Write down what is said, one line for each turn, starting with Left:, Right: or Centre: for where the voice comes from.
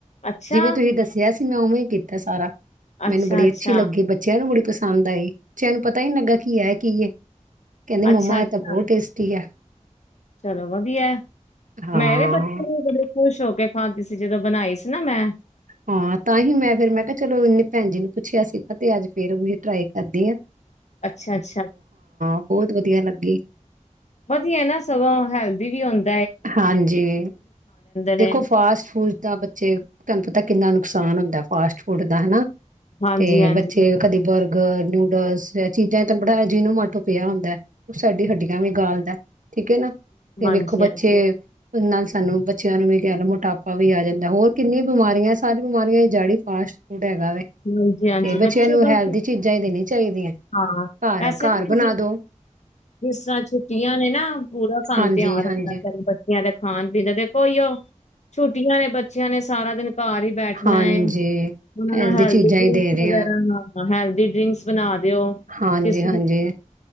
Left: ਅੱਛਾ,
Right: ਜਿਵੇਂ ਤੁਸੀਂ ਦੱਸਿਆ ਸੀ ਮੈਂ ਉਵੇਂ ਹੀ ਕੀਤਾ ਸਾਰਾ
Left: ਅੱਛਾ-ਅੱਛਾ,
Right: ਮੈਨੂੰ ਬੜੀ ਅੱਛੀ ਲੱਗੀ ਬੱਚਿਆਂ ਨੂੰ ਬੜੀ ਪਸੰਦ ਹੁੰਦਾ ਈ ਬੱਚਿਆਂ ਨੂੰ ਪਤਾ ਹੀ ਨੀ ਲੱਗਾ ਕੀ ਹੈ ਕੀ ਏ ਕਹਿੰਦੇ
Left: ਅੱਛਾ-ਅੱਛਾ
Right: ਮੰਮਾ ਇਹ ਤਾਂ ਬਹੁਤ ਟੇਸਟੀ ਆ
Left: ਚਲੋ ਵਧੀਆ
Right: ਹਾਂ
Left: ਮੇਰੇ ਬੱਚੇ ਵੀ ਬੜੇ ਖੁਸ਼ ਹੋ ਕੇ ਖਾਂਦੀ ਸੀ ਜਦੋਂ ਬਣਾਈ ਸੀ ਨਾ ਮੈਂ
Right: ਹਾਂ, ਤਾਂਹੀ ਮੈਂ ਫੇਰ ਮੈਂ ਕਿਹਾ ਚਲੋ ਇਨੇ ਭੈਣ ਜੀ ਨੂੰ ਪੁੱਛਿਆ ਸੀਗਾ ਤੇ ਅੱਜ ਫੇਰ ਟਰਾਈ ਕਰਦੀ ਆਂ
Left: ਅੱਛਾ ਅੱਛਾ,
Right: ਬਹੁਤ ਵਧੀਆ ਲੱਗੀ
Left: ਵਧੀਆ ਨਾ ਸਗੋਂ ਹੈਲਦੀ ਵੀ ਹੁੰਦੀ
Right: ਹਾਂਜੀ,
Left: ਨੇ
Right: ਦੇਖੋ ਫਾਸਟ ਫੂਡ ਤਾਂ ਬੱਚੇ, ਤੁਹਾਨੂੰ ਪਤਾ ਕਿੰਨਾ ਨੁਕਸਾਨ ਹੁੰਦਾ ਫਾਸਟ ਫੂਡ ਦਾ ਹਨਾ
Left: ਹਾਂਜੀ-ਹਾਂਜੀ।
Right: ਤੇ ਬੱਚੇ ਕਦੀ ਬਰ ਬਰਗਰ, ਨੂਡਲਸ ਚੀਜ਼ਾਂ ਐ ਚੀਜ਼ਾਂ ਚ ਬੜਾ ਬਣਾ ਜੀਨੋਮਾਟੋ ਪਿਆ ਹੁੰਦਾ ਹੈ, ਉਹ ਸਾਡੀ ਹੱਡੀਆਂ ਵੀ ਗਾਲਦਾ। ਠੀਕ ਆ ਨਾ, ਤੇ
Left: ਹਾਂਜੀ-ਹਾਂਜੀ,
Right: ਵੇਖੋ ਬੱਚੇ ਇਹ ਨਾਲ ਸਾਨੂੰ ਬੱਚਿਆਂ ਨੂੰ ਵੀ ਕਹਿ ਲਓ ਮੋਟਾਪਾ ਵੀ ਆ ਜਾਂਦਾ। ਹੋਰ ਕਿੰਨੀਆਂ ਬਿਮਾਰੀਆਂ, ਸਾਰੀ ਬਿਮਾਰੀਆਂ ਇਹ ਜਾੜੀ ਹੀ ਫਾਸਟ ਫੂਡ ਹੈਗਾ ਵੇ,
Left: ਹਾਂਜੀ-ਹਾਂਜੀ
Right: ਤੇ ਬੱਚਿਆਂ
Left: ਬੱਚੇ
Right: ਨੂੰ
Left: ਬਸ
Right: ਹੈਲਦੀ ਚੀਜ਼ਾਂ ਹੀ ਦੇਣੀ ਚਾਹੀਦੀਆਂ।
Left: ਹਾਂ,
Right: ਘਰ
Left: ਵੈਸੇ
Right: ਘਰ
Left: ਨਾ
Right: ਬਣਾ ਦੋ
Left: ਜਿਸ ਤਰ੍ਹਾਂ ਛੁੱਟੀਆਂ ਨੇ ਨਾ ਪੂਰਾ ਸਾਨੂੰ
Right: ਹਾਂਜੀ
Left: ਧਿਆਨ ਰੱਖਣਾ
Right: ਹਾਂਜੀ
Left: ਪੈਂਦਾ। ਬੱਚਿਆਂ ਦੇ ਖਾਣ ਪੀਣ ਤੇ ਕੋਈ, ਉਹ ਛੁੱਟੀਆਂ ਨੇ ਬੱਚਿਆਂ ਨੇ ਸਾਰਾ ਦਿਨ ਘਰ ਹੀ ਬੈਠਣਾ
Right: ਹਾਂਜੀ
Left: ਆ, ਉਹਨਾਂ ਨੂੰ ਹੈਲਦੀ
Right: ਚੀਜ਼ਾਂ
Left: ਡਰਿੰਕਸ
Right: ਹੀ ਦੇ ਰਹੇ
Left: ਵਗੈਰਾ
Right: ਹਾਂ
Left: ਨਾਲ ਹੈਲਦੀ ਡਰਿੰਕਸ ਬਣਾ ਦਿਓ,
Right: ਹਾਂਜੀ
Left: ਕਿਸ
Right: ਹਾਂਜੀ